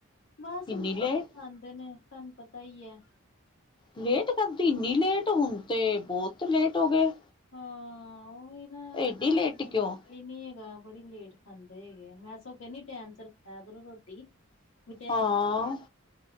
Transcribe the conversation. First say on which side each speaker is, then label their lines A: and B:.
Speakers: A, on the left; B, on the left.
A: ਬਸ
B: ਇੰਨੀ ਲੇਟ
A: ਆਂਦੇ ਨੇ ਤਾਨੂੰ ਪਤਾ ਈ ਐ
B: ਲੇਟ ਖਾਦੀ, ਏਨੀ ਲੇਟ, ਹੁਨ ਤੇ ਬੋਤ ਲੇਟ ਹੋ ਗਏ।
A: ਹਾਂ ੳਹੀ ਨਾ, ਏਨਾਂ
B: ਏਡੀ
A: ਦਾ ਕੋਈ
B: ਲੇਟ
A: ਟਾਇਮ
B: ਕਿਉਂ
A: ਟੇਬਲ ਨਈ ਨੀ ਹੈਗਾ ਬੜੀ ਲੇਟ ਖਾਂਦੇ ਹੈਗੇ ਆ ਮੈਂ ਸੋਗੋ ਕੇਂਦੀ ਟਾਈਮ ਸੇਰ ਖਾਏਆ ਕਰੋ ਰੋਟੀ ਵੀ ਟੈਮ
B: ਹਾਂ